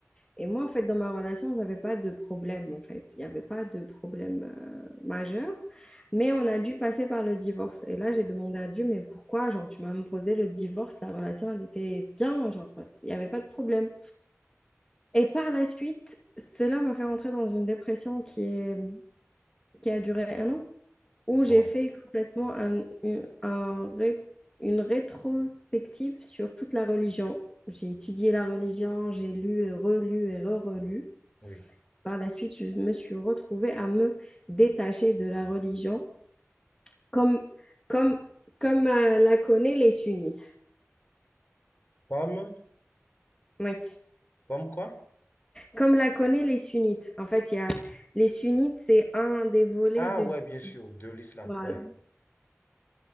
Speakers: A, on the left (about 15°); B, on the left (about 45°).
A: Et moi, en fait, dans ma relation, j'avais pas de problème, en fait. Il n'y avait pas de problème euh, majeur, mais on a dû passer par le divorce. Et là, j'ai demandé à Dieu, mais pourquoi, genre, tu m'as imposé le divorce, la relation, elle était bien, genre, il n'y avait pas de problème. Et par la suite, cela m'a fait rentrer dans une dépression qui est, qui a duré un an. où j'ai
B: bon,
A: fait complètement un- une, un ré- une rétrospective sur toute la religion. J'ai étudié la religion, j'ai lu et relu et re-relu.
B: oui.
A: Par la suite, je me suis retrouvée à me détacher de la religion, comme, comme, comme euh, la connaît les sunnites.
B: Comme,
A: Oui,
B: comme quoi?
A: comme la connaît les sunnites. En fait, il y a, les sunnites, c'est un des volets
B: Ah
A: de
B: ouais,
A: l'islam.
B: bien sûr, de l'islam,
A: Voilà.
B: ouais.